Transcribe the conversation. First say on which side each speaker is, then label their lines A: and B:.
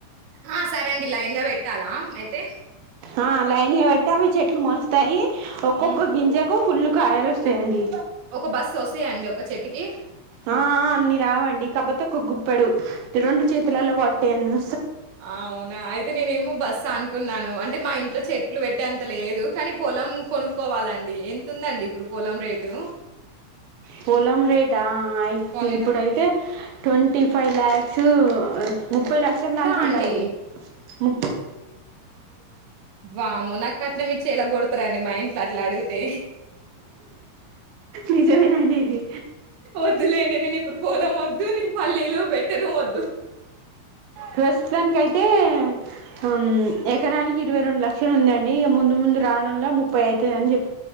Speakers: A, on the right; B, on the right.
A: ఆ సరే అండి లైన్ గా పెట్టాలా అయితే
B: ఆ లైన్గా పెడితే అవి చెట్లు మోలుస్తాయి ఒక్కొక్క
A: హ్మ్.
B: గింజాకు ఫుల్ కాయలు వస్తాయండి
A: ఒక బస్సొస్తయండి ఒక చెట్టుకి?
B: ఆ అన్ని రావండి కాపతే ఒక్క గుప్పడు త రండు చేతలలా వట్టే అన్న
A: అవునా అయితే నేను ఏమో బస్తా అనుకున్నాను అంటే మా ఇంట్లో చెట్లు పెట్టే అంత లేదు కానీ పొలం కొనుక్కోవాలండి ఎంతతుందండి ఇప్పుడు పొలం రేటు
B: పొలం రేటా
A: కొందాం.
B: ఇప్పుడైతే ట్వంటీ ఫైవ్ లాక్స్ ముప్పై లక్షలకు ఉండాలి
A: అండి?
B: ము
A: వామ్మో కట్నం ఇచ్చే ఇలా కొడతారంండి మా ఇంట్లో అట్లా అడిగితే
B: నిజమేనండి ఇది
A: వద్దులేం నేను ఇప్పుడు పోలం వద్దు నేను పల్లీలు పెట్టన వద్దు
B: ప్రస్తుతానికి అయితే హ్ ఎకరానికి ఇరవై రెండు లక్షలు ఉందండి. ఇగ ముందు ముందు రావడంలో ముప్పై అయితది అని చెప్ప